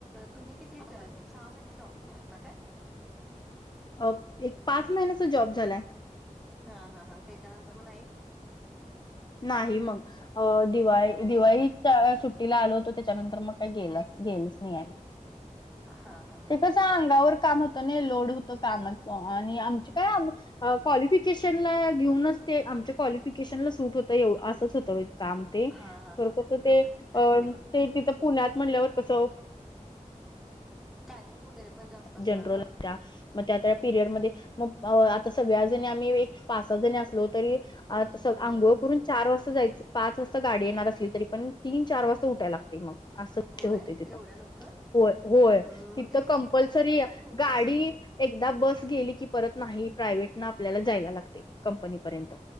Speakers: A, in the centre; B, on the left.
A: तुम्ही किती सहा महिने जॉब केले होता का?
B: अ एक पाच महिन्याचा जॉब झालाय.....
A: हा हा हा त्याच्यानंतर मग नाहीच.....
B: नाही मग अ दिवाळी
A: हा
B: दिवाळी सुट्टीला आल होतं त्याच्यानंतर मग काय गेलं..... गेलच नाही आ
A: हा हा हा
B: तेच..... अंगावर काम होत नाही लोड होत कामाच आणि आमच काय? क्वालिफिकेशन ला घेऊनच ते आमच्या क्वालिफिकेशनला सूट हो..... एव असंच होतं काम..... ते
A: हा हा हा
B: कस
A: तेवढंच
B: ते
A: त्याच
B: ते तिथं पुण्यात म्हणल्यावर कसं.....
A: टामिंग वगैरे.... पण जास्त असणार
B: जनरल
A: ना
B: मग त्या त्या पिरियडमध्ये..... मग आता सगळ्याजणी आम्ही एक पाच सात जणी असलो तरी..... आ
A: हम्
B: अंघोळ
A: हम
B: करून चार वाजता जायचं पाच वाजता गाडी येणार असली तरी पण तीन चार वाजता..... त उटा लागते मग असं
A: होय
B: होते तिथं.
A: एवढ्या लवकर
B: होय होय
A: मग
B: तिथं
A: ते हेक्टिक
B: कंपल्सरी
A: व्हायचं ना पण खूप
B: गाडी....
A: तसं
B: एकदा बस गेली की परत नाही प्रायव्हेट ना आपल्याला जायला लागते कंपनीपर्यंत....